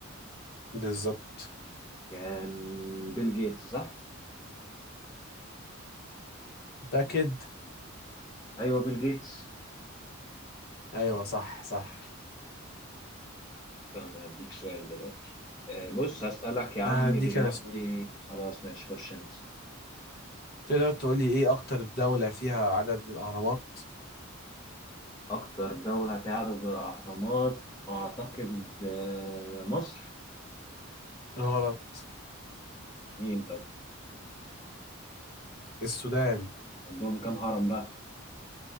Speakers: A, on the left; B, on the left.
A: بالظبط
B: كان بيل جيتس صح
A: متأكد؟
B: ايوه بيل جيتس
A: أيوه صح صح
B: فأنا هديك سؤال دلوقتي آه، بص هسألك يا عمي
A: أنا هديك
B: دلوقتي
A: أنا سؤال
B: خلاص ماشي خش أنت
A: تقدر تقولي ايه اكتر دولة فيها عدد من الاهرامات
B: أكتر دولة فيها عدد من الأهرامات أعتقد آه، مصر
A: غلط
B: مين طب
A: السودان
B: عندهم كام هرم بقى